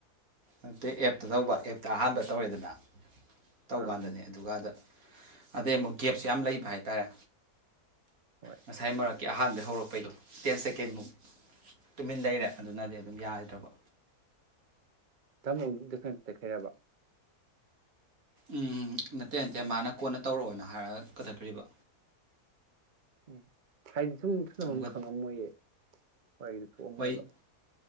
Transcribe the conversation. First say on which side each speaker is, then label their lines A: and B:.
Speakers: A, on the right; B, on the right.
A: ꯑꯛꯇꯇꯩ ꯑꯦꯞꯇ ꯇꯧꯕ ꯑꯦꯞꯇ ꯑꯍꯥꯟꯕ ꯇꯧꯔꯦꯗꯅ ꯇꯧꯀꯥꯟꯗꯅꯦ
B: ꯑꯥ
A: ꯑꯗꯨꯀꯥꯟꯗ ꯑꯗꯩ ꯑꯃꯨꯛ ꯒꯦꯞꯁꯦ ꯌꯥꯝ ꯂꯩꯕ ꯍꯥꯏꯇꯥꯔꯦ
B: ꯍꯣꯏ
A: ꯉꯁꯥꯏ ꯃꯔꯛ ꯀꯦ ꯑꯍꯥꯟꯕꯩ ꯍꯧꯔꯛꯄꯩꯗꯣ ꯇꯦꯟ ꯁꯦꯀꯦꯟꯃꯨꯛ ꯇꯨꯃꯤꯟ ꯂꯩꯔꯦ ꯑꯗꯨꯅꯗꯤ ꯑꯗꯨꯝ ꯌꯥꯗ꯭ꯔꯕ
B: ꯊꯃ ꯇꯦꯛꯈ꯭ꯔꯔꯕ
A: ꯎꯝ ꯅꯠꯇꯦ ꯅꯠꯇꯦ ꯃꯥꯅ ꯀꯣꯟꯅ ꯇꯧꯔꯛꯑꯣꯅ ꯍꯥꯏꯔꯒ ꯀꯊꯈ꯭ꯔꯤꯕ
B: ꯎꯝ ꯍꯥꯏ ꯁꯨꯝ ꯊꯅꯕ
A: ꯑꯃꯨꯛꯀ
B: ꯑꯃ ꯈꯪꯉꯝꯃꯣꯏꯌꯦ ꯋꯥꯔꯤꯗꯨ ꯊꯣꯛꯑꯝꯃꯣꯏꯕ
A: ꯋꯥꯔꯤ